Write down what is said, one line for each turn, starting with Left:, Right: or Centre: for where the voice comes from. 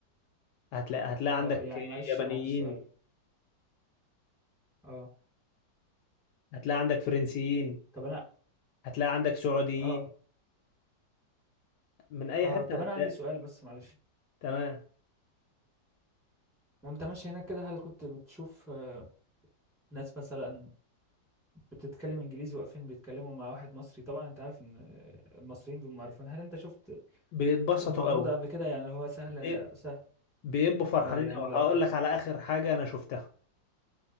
Left: هتلاقي هتلاقي عندك
Centre: اه يعني معلش
Left: يابانيين
Centre: انا عندي سؤال اه
Left: هتلاقي عندك فرنسيين
Centre: طب انا
Left: هتلاقي عندك سعوديين
Centre: اه
Left: من اي
Centre: اه
Left: حته
Centre: طب
Left: هتلاقي
Centre: انا عندي سؤال بس معلش
Left: تمام
Centre: وانت ماشي هناك كده هل كنت بتشوف آه، ناس مثلا بتتكلم انجليزي واقفين بيتكلموا مع واحد مصري طبعا انت عارف ان آه، المصريين بيبقوا معروفين هل انت شفت
Left: بيتبسطوا
Centre: الموضوع
Left: قوي
Centre: ده قبل كده يعني هو سهل
Left: بي-
Centre: سهل
Left: بيبقوا فرحانين
Centre: اه يعني
Left: قوي
Centre: لو
Left: هقول لك على اخر حاجه انا شفتها